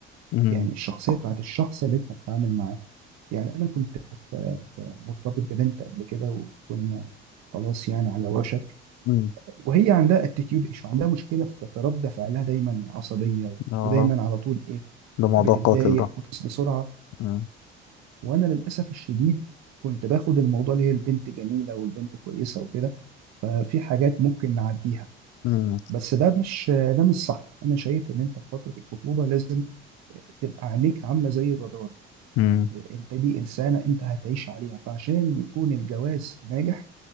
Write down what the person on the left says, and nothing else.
مم.
مم.
اه
ده موضوع
قاتل ده
مم.
مم.
مم.